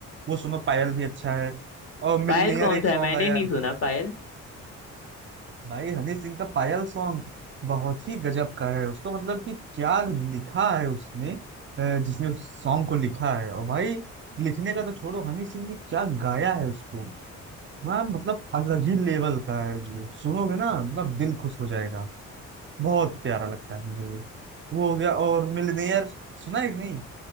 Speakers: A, on the right (about 40°); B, on the left (about 50°).
A: वो सुनो पायल भी अच्छा है और मिलनियर
B: पायल कौन
A: एक
B: सा
A: सॉन्ग
B: है मैंने
A: आया
B: नहीं
A: है
B: सुना पायल
A: भाई हनी सिंह का पायल सॉन्ग बहुत ही गजब का है उसको मतलब कि क्या लिखा है उसने अ, जिसने उस सॉन्ग को लिखा है और भाई लिखने का तो छोड़ो हनी सिंह ने क्या गाया है उसको वह मतलब अलग ही लेवल का है उसमें सुनोगे ना मतलब दिल खुश हो जाएगा बहुत प्यारा लगता है मुझे वो वो हो गया और मिलनेयर सुना है कि नहीं